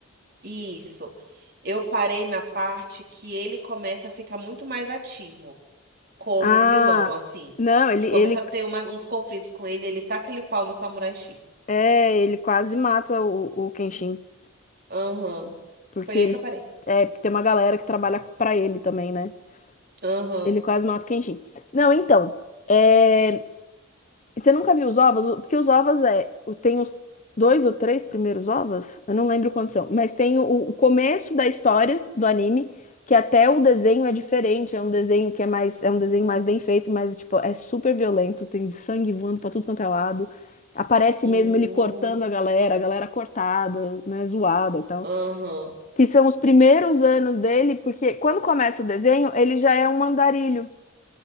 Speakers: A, on the right; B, on the left.
A: Isso. Eu parei na parte que ele começa a ficar muito mais ativo como
B: Ah,
A: vilão, assim.
B: não, ele,
A: Que começa
B: ele.
A: a ter umas- uns conflitos com ele, ele taca ele o pau no Samurai X.
B: É, ele quase mata o, o Kenshin.
A: Aham.
B: Porque
A: Foi aí
B: ele.
A: que eu parei.
B: É, porque tem uma galera que trabalha pra ele também, né?
A: Aham.
B: Ele quase mata o Kenshin. Não, então. é, E Você nunca viu os ovos? O- Porque os ovos é. o- Tem os dois ou três primeiros ovos? Eu não lembro quantos são. Mas tem o, o começo da história do anime, que até o desenho é diferente. É um desenho que é mais. É um desenho mais bem feito, mas, tipo, é super violento. Tem sangue voando pra tudo quanto é lado. Aparece
A: Hum.
B: mesmo ele cortando a galera, a galera cortada, né? Zoada e tal.
A: Aham.
B: Que são os primeiros anos dele, porque quando começa o desenho, ele já é um andarilho.